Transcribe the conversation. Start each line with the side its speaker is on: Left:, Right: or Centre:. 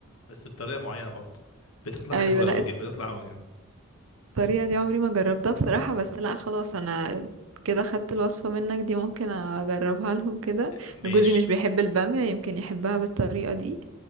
Left: بس بطريقة معينة برضه بتطلع
Right: ايوه
Left: حلوة
Right: لا
Left: أوي جدا بتطلع أوي
Right: الطريقة دي عمري ما جربتها بصراحة بس لا خلاص انا كده خدت الوصفة منك دي ممكن اجربها لهم كده
Left: ماشي
Right: إن جوزي مش بيحب البامية يمكن يحبها بالطريقة دي